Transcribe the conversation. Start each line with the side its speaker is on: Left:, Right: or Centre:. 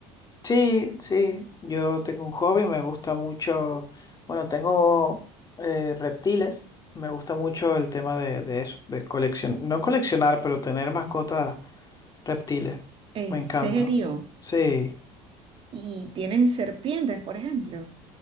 Left: Sí, sí. Yo tengo un hobby, me gusta mucho. Bueno, tengo eh, reptiles. Me gusta mucho el tema de, de eso, de coleccionar. No coleccionar, pero tener mascotas reptiles.
Right: ¿En
Left: Me encanta.
Right: serio?
Left: Sí.
Right: y tienen serpientes, por ejemplo.